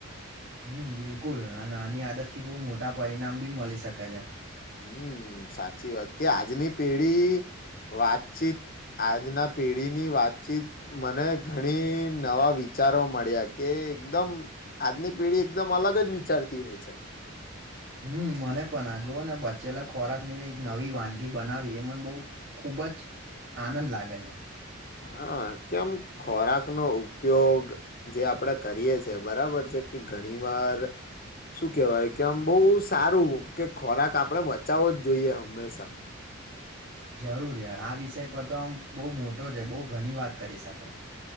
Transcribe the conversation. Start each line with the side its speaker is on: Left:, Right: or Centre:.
Right: હમ્મ, બિલકુલ અને નાની આદત થી બહુ મોટા પરિણામ બી મલી શકે છે
Left: હમ, સાચી વાત, કે આજની પેઢી વાતચીત આજના પેઢીની વાતચીત મને ઘણી, નવા વિચારો મળ્યા કે એકદમ, આજની પેઢી એકદમ અલગ જ વિચારતી હોય છે.
Right: હમ, મને પણ. આ જોઓને, બચેલા ખોરાકની કંઈક નવી વાનગી બનાવવી, એ મને બહુ ખુબ ખુબ જ, આનંદ લાગે છે.
Left: હા, કેમ ખોરાકનો ઉપયોગ જે આપડે કરીએ છે, બરાબર છે. કે ઘણી વાર શું કેવાય કે આમ બહુ સારું, કે ખોરાક આપણે બચાવવો જ જોઈએ હંમેશા.
Right: જરૂર યાર. આ વિષય પર તો આમ બહુ મોટો છે, બહુ ઘણી વાત કરી શકાય.